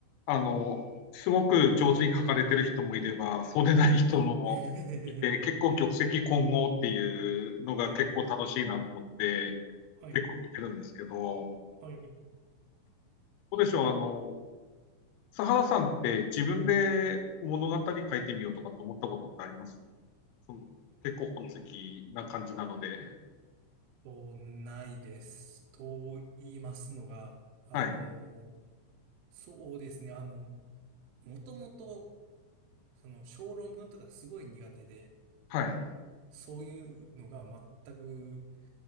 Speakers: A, on the left; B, on the right.
A: あの、すごく上手に書かれてる人もいれば、そうでない人もいて、
B: はい。<laughs>
A: 結構玉石混合っていうのが結構楽しいなと思って、
B: はい。
A: 結構見てるんですけど、
B: はい。はい。
A: どうでしょう、あの、佐原さんって自分で物語書いてみようとかと思ったことってありますその結構本好きな感じなので。
B: と、ないです。と言いますのが、あの、
A: はい。
B: そうですね。あの、もともと、その、小論文とかすごい苦手で、
A: はい。
B: そういうのが全く